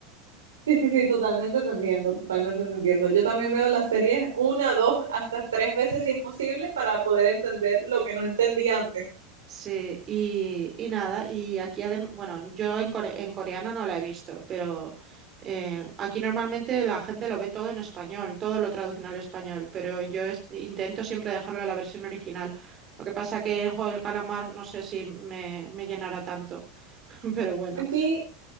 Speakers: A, on the right (about 80°); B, on the right (about 35°).
A: Sí, sí, sí, totalmente te entiendo, totalmente te entiendo. Yo también veo las series una, dos, hasta tres veces si es posible para poder entender lo que no entendí antes.
B: Sí, y, y nada, y aquí además, bueno, yo en, core- en coreano no la he visto, pero eh, aquí normalmente la gente lo ve todo en español, todo lo traducen al español, pero yo es- intento siempre dejarlo en la versión original. Lo que pasa que en Juego del Calamar no sé si me, me llenará tanto, <laughs> pero bueno.
A: Aquí,